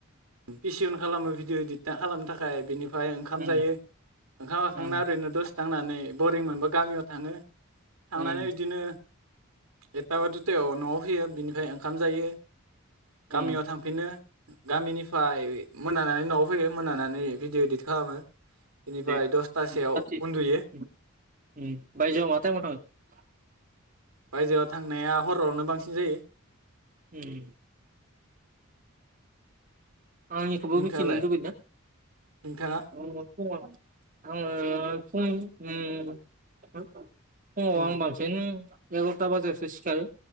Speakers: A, on the right (about 85°); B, on the right (about 40°).
A: पिसिअन खालामो भिडिअ इडिट खालामनो थाखाय बिनि फ्राय ओंखाम
B: उम
A: जायो ओंखाम जाखांना
B: उम
A: ओरैनो दस दांनानै बरिं मोनबा गामियाव थाङो। थांनानै
B: उम
A: बिदिनो एथ एथा बा दुथायाव न'आव फैयो बिनिफ्राय ओंखाम जायो।
B: उम
A: गामियाव थांफिनो। गामिनिफ्राय मोनानानै न'आव फैयो मोनानानै भिडिअ इदित खालामो। बेनिफ्राय
B: दे <inaudible>
A: दसथासोआव
B: उम
A: उन्दुयो
B: उम बायजोआव मा टाइमाव थाङो?
A: बायजोआव थांनाया हरावनो बांसिन जायो।
B: उम आंनिखौबो
A: नोंथाङालाय
B: मिथिनो लुबैयो ना?
A: नोंथाङा
B: आं न'आवसो दं। आङो फुं उम हो फुंआव
A: उम
B: आं बांसिन एघरता बाजायावसो सिखारो।